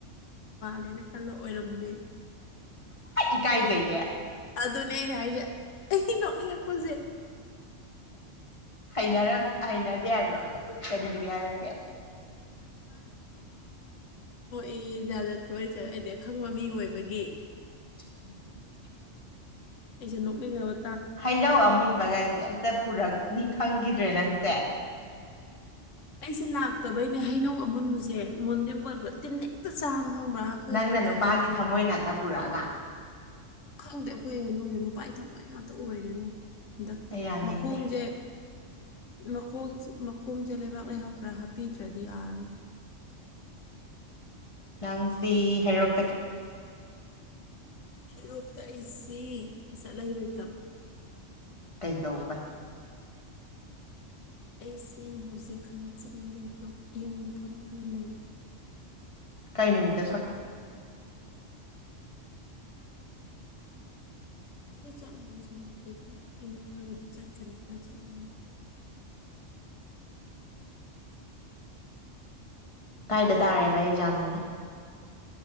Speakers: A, on the left (about 75°); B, on the left (about 25°).
A: ꯅꯦꯅꯦ ꯈꯜꯂ ꯑꯣꯏꯔꯝꯃꯦ
B: ꯏꯀꯥꯏꯖꯩꯌꯦ
A: ꯑꯗꯨꯅꯦ ꯑꯩꯅ ꯍꯥꯏꯁꯦ ꯑꯩ ꯅꯣꯛꯅꯤꯡꯉꯛꯄꯁꯦ
B: ꯍꯩꯅꯔꯝ ꯍꯩꯅꯗꯦ ꯍꯥꯏꯕ꯭ꯔꯣ ꯀꯔꯤ ꯀꯔꯤ ꯍꯥꯏꯔꯛꯀꯦ
A: ꯑꯦ ꯖꯥꯠ ꯖꯥꯠ ꯃꯣꯏꯁꯠ ꯑꯩꯗꯤ ꯑꯈꯪꯕ ꯃꯤ ꯑꯣꯏꯕꯒꯤ
B: <inaudible>
A: ꯑꯩꯁꯦ ꯅꯣꯛꯅꯤꯡ ꯉꯥꯕ
B: ꯍꯩꯩꯅꯧ ꯑꯃꯨꯟꯕꯒꯥꯏꯁꯦ ꯑꯃ ꯇ ꯄꯨꯔꯛꯅꯤ ꯈꯪꯒꯤꯗ꯭ꯔꯦ ꯅꯪꯁꯦ
A: ꯑꯩꯁꯦ ꯂꯥꯛꯇꯕꯩꯅꯦ ꯍꯩꯅꯧ ꯑꯃꯨꯟꯕꯁꯦ ꯃꯨꯟꯗꯤ ꯃꯨꯟꯕ ꯇꯤꯍꯦꯛꯇ ꯆꯥꯕ ꯈꯪꯕ꯭ꯔꯥ ꯑꯩꯈꯣꯏ
B: ꯅꯪꯅ
A: ꯍꯟꯗꯛꯀꯤ
B: ꯅꯨꯄꯥꯒꯤ
A: ꯍꯩꯅꯧꯁꯦ
B: ꯊꯝꯃꯣꯏ ꯉꯥꯛꯇ ꯄꯨꯔꯛꯑꯒ
A: ꯈꯪꯗꯦ ꯑꯩꯈꯣꯏ ꯍꯩꯅꯧꯁꯦ ꯅꯨꯄꯥꯏ ꯊꯃꯣꯏ ꯉꯥꯛꯇ ꯑꯣꯏꯔꯦꯉꯣ ꯍꯟꯗꯛꯇꯤ
B: ꯑꯩ ꯌꯥꯅꯤꯡꯗꯦ
A: ꯃꯈꯣꯡꯁꯦ ꯃꯈꯣꯡꯁꯦ ꯃꯈꯣꯡꯁꯦ ꯂꯩꯕꯥꯛ ꯂꯩꯍꯥꯎ ꯈꯔ ꯍꯥꯞꯄꯤꯗ꯭ꯔꯗꯤ ꯌꯥꯔꯣꯏ
B: ꯅꯪꯁꯤ ꯍꯩꯔꯣꯛ
A: ꯍꯩꯔꯣꯛꯇ ꯑꯩꯁꯤ ꯆꯠꯂꯥꯔꯣꯏꯇꯞ
B: ꯀꯩꯗꯧꯕꯩ
A: ꯑꯩꯁꯤ ꯍꯧꯖꯤꯛ ꯏꯈꯪ ꯆꯠꯂꯥꯔꯣꯏ ꯗꯣ ꯌꯨꯝ ꯊꯕꯛ ꯈꯔꯥ ꯂꯩ
B: ꯀꯩ ꯅꯨꯃꯤꯠ
A: ꯆ <unintelligible> ꯆꯠꯀꯅꯤ ꯈꯣꯠꯀꯅꯤ
B: ꯀꯥꯏꯗ ꯇꯥꯔꯦꯕ ꯑꯦꯛꯖꯥꯝꯗꯨꯅ